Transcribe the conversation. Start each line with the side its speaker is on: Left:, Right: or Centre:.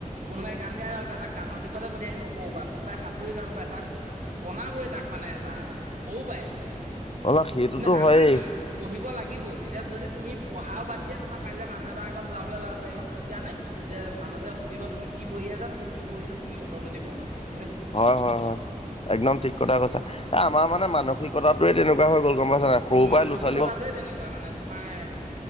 Right: কোনোবাই গান গাই ভাল পায় তাক গানৰ দিশতে পঠিয়াই দিব সৰু পৰা কোনোবাই সাঁতুৰি ভাল পায় তাক বনাবই তাক মানে এটা আৰু সৰুৰ পৰাই।
Left: অলপ সেইটোতো
Right: কিন্তু আমাক
Left: হয়েই
Right: কি পঢ়িব লাগিবই। এতিয়া যদি তুমি পঢ়াও বাদ দিয়া। তোমাৰ কাইলে মানুহে আগত ওলাবলৈ লাজ লাগিব কি কাৰণে যে মানুহতে সুধিব তুমি কি পঢ়ি আছা তুমি কি পছে তুমি উত্তৰতো দিব নোৱাৰে।
Left: হয়, হয়, হয় একদম ঠিক কথা কৈছা। এ আমাৰ মানে মানসিক কতাতোৱে তেনেকুৱা হৈ গ'ল গম পাইছা নাই সৰু পৰাই
Right: মানসিকতাটোৱে
Left: ল'ৰা ছোৱালী
Right: তেনেকুৱা মানে তোমাৰ